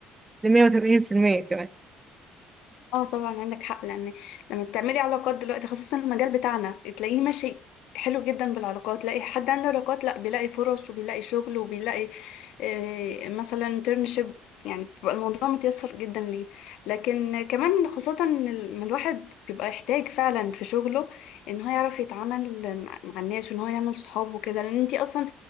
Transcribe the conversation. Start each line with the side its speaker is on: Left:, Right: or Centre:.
Right: ل 180% كمان
Left: اه طبعا عندك حق لان لما بتعملي علاقات دلوقتي خاصة المجال بتاعنا تلاقيه ماشي حلو جدا بالعلاقات تلاقي حد عنده علاقات لا بيلاقي فرص وبيلاقي شغل وبيلاقي آه، مثلا انترنشيب يعني بيبقى الموضوع متيسر جدا ليه لكن كمان خاصة إن ال- ما الواحد بيبقى يحتاج فعلا في شغله ان هو يعرف يتعامل مع مع الناس وان هو يعمل صحاب وكده لان انتي اصلا